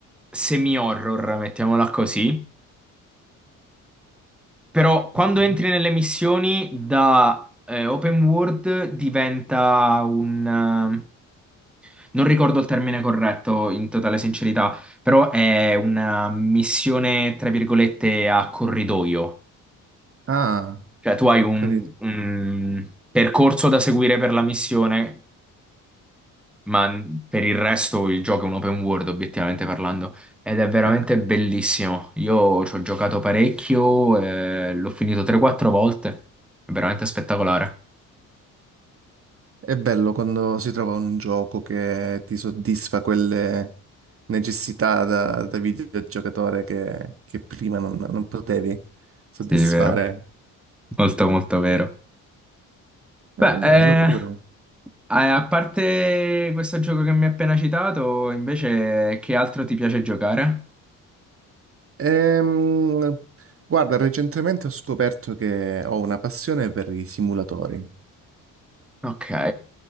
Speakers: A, in the centre; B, on the right.
A: semi-horror, mettiamola così. Però quando
B: Ok.
A: entri nelle missioni da eh, open world diventa un... eh, Non ricordo il termine corretto, in totale sincerità, però è una missione, tra virgolette, a corridoio.
B: Ah.
A: Cioè, tu hai
B: Ho
A: un,
B: capito.
A: un percorso da seguire per la missione, ma n- per il resto il gioco è un open world, obiettivamente parlando, ed è veramente
B: Ok.
A: bellissimo. Io ci ho giocato parecchio, eh, l'ho finito 3-4 volte, è veramente spettacolare.
B: È bello quando si trova un gioco che ti soddisfa quelle necessità da, da videogiocatore che, che prima non, non potevi soddisfare.
A: Sì, vero. Molto, molto vero.
B: Eh,
A: Beh,
B: dai,
A: eh,
B: lo proverò.
A: eh, a parte questo gioco che mi hai appena citato, invece, che altro ti piace giocare?
B: Ehm, guarda, recentemente ho scoperto che ho una passione per i simulatori.
A: Ok,